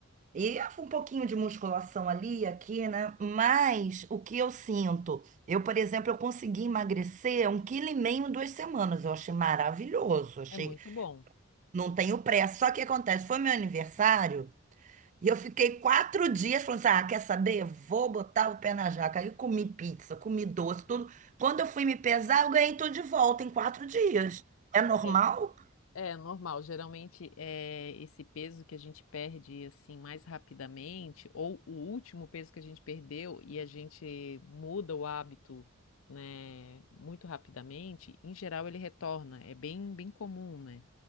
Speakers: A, on the right (about 35°); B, on the left (about 70°).
A: E um pouquinho de musculação ali, e aqui, né? Mas o que eu sinto? Eu, por exemplo, eu consegui emagrecer um quilo e meio em duas semanas. Eu achei maravilhoso. Achei,
B: É muito bom.
A: não tenho pressa. Só que acontece, foi meu aniversário. E eu fiquei quatro dias falando assim, ah, quer saber? Vou botar o pé na jaca. Aí eu comi pizza, comi doce, tudo. Quando eu fui me pesar, eu ganhei tudo de volta em quatro dias. É normal?
B: É, é normal, geralmente é esse peso que a gente perde assim mais rapidamente, ou o último peso que a gente perdeu e a gente muda o hábito, né, muito rapidamente, em geral ele retorna, é bem bem comum, né?